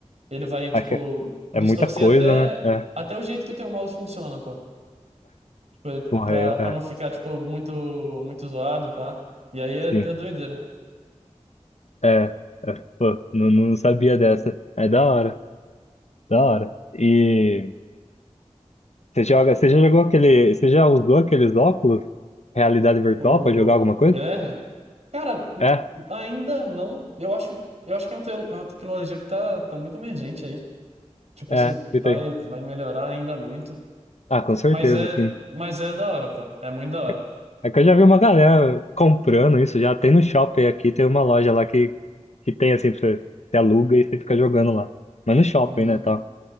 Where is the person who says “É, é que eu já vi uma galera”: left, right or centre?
Left